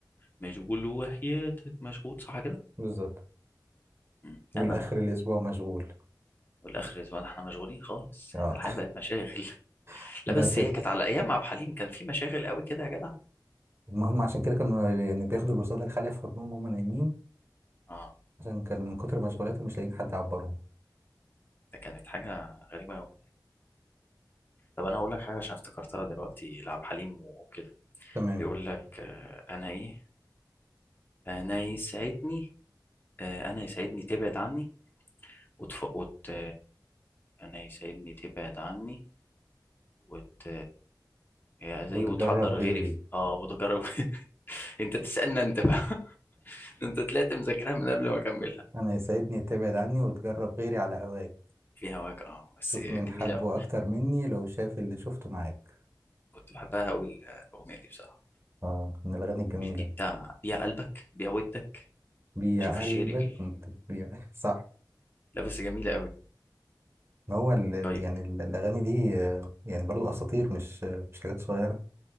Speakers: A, on the left; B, on the right.
A: مشغول وحياتك مشغول صح كده
B: بالظبط
A: مم.
B: والاخر
A: أنا
B: الاسبوع مشغول
A: والآخر الأسبوع احنا مشغولين خالص
B: اه
A: احنا الحياة بقت مشاغل <laughs>
B: <laughs> ده
A: لا بس
B: كده
A: هي كانت على أيام مع عبد الحليم كان في مشاغل قوي كده يا جدع
B: ما هم عشان كده كانوا يعني بياخدوا الوساده الخاليه في حضنهم وهم نايمين
A: اه
B: عشان كان من كتر مشغولاتهم مش لاقيين حد يعبرهم
A: ده كانت حاجة غريبة قوي طب أنا أقول لك حاجة عشان افتكرتها دلوقتي لعبد الحليم وكده
B: تمام
A: بيقول لك آه، أنا إيه أنا يسعدني آه، أنا يسعدني تبعد عني وتف... وت... أنا يساعدني تبعد عني وت... هي زي
B: وتجرب
A: وتحضر
B: غيري
A: غيري في... اه وتجرب <laughs> انت تسألنا انت بقى <laughs> انت طلعت مذاكرها من قبل ما اكملها
B: انا يسعدني تبعد عني وتجرب غيري على هواك
A: في هواك اه بس
B: شوف
A: جميلة
B: من حبه
A: أوي
B: اكتر مني لو شاف اللي شفته معاك
A: كنت بحبها أوي الأغنية دي بصراحة
B: اه من الاغاني الجميله
A: مش دي بتاع بيع قلبك بيع ودك
B: بيع
A: شوف الشعر
B: قلبك
A: مين
B: انت بيع <laughs> صح
A: لا بس جميلة أوي
B: ما هو ال ال-
A: طيب
B: يعني ال- الأغاني دي آه، يعني برضو أساطير مش آه، مش حاجات صغيرة